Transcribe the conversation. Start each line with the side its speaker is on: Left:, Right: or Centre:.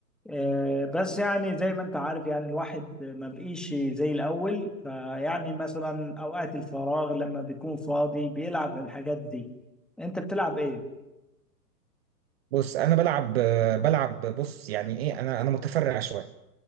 Centre: آه بس يعني زي ما انت عارف يعني الواحد ما بقيش زي الاول فيعني مثلا اوقات الفراغ لما بيكون فاضي بيلعب الحاجات دي انت بتلعب ايه
Right: بص أنا بلعب آه، بلعب بص يعني إيه أنا أنا متفرع شوية